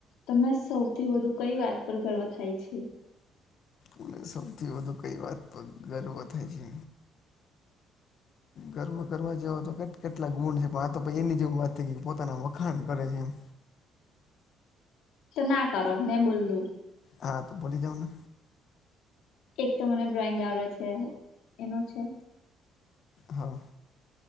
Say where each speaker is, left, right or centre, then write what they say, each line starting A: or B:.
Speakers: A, on the left; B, on the left.
A: તમે સૌથી વધુ કઈ વાત પર ગર્વ થાય છે?
B: અનેને સૌથી વધુ કઈ વાત પર ગર્વ થાય છે. ગર્વ કરવાર જવો તો કેટલા ગુણ છે. આ તો એની જેવું વાત થઈ કે પોતાના વખાણ કરે છે એમ.
A: તો ના કરો મેં બોલુ.
B: હા તો બોલી જાઓને.
A: એક તો મને ડ્રોઈંગ આવડે છે એનો છે.
B: હા.